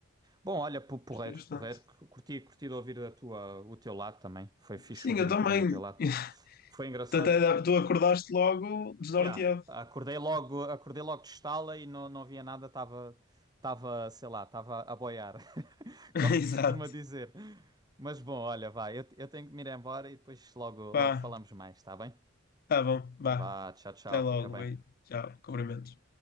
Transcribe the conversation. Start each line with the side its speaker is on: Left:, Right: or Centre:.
Right: Bom, olha, pu- porreiro,
Left: gostei bastante.
Right: porreiro, cu- curti, curti de ouvir a tua, o teu lado também, foi fixe
Left: Sim,
Right: ouvir
Left: eu
Right: um
Left: também.
Right: bocadinho o teu lado.
Left: <laughs>
Right: Foi engraçado.
Left: Tu, até, tu acordaste logo desnorteado.
Right: Yeah. Acordei logo, acordei logo de estala e não, não havia nada, estava, estava, sei lá, estava a boiar, <laughs> como
Left: <laughs> Exato.
Right: que se costuma dizer. Mas bom, olha, vai, eu, eu tenho que me ir embora e depois logo,
Left: Pá,
Right: logo falamos mais, tá bem?
Left: Tá bom, vá.
Right: Vá, tchau, tchau,
Left: Até logo,
Right: fica bem.
Left: beijo. Tchau, cumprimentos.